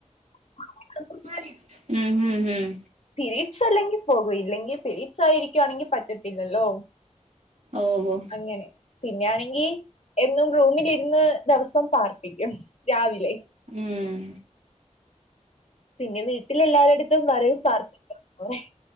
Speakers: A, on the left (about 60°); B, on the right (about 65°).
A: <unintelligible>
B: അ ഉം ഹും ഹും.
A: പിരീഡ്സ് അല്ലെങ്കിൽ പോകൂ ഇല്ലെങ്കിൽ പിരീഡ്സ് ആയിരിക്കുവാണെങ്കിൽ പറ്റത്തില്ലല്ലോ.
B: ഓഹോ
A: അങ്ങനെ പിന്നെയാണെങ്കി എന്നും റൂമിലിര്ന്ന് ദിവസം പ്രാർത്ഥിക്കും രാവിലെ.
B: ഊം
A: പിന്നെ വീട്ടിലെല്ലാര്ടുത്തും പറയും പ്രാർത്ഥിക്കാൻ പറയും.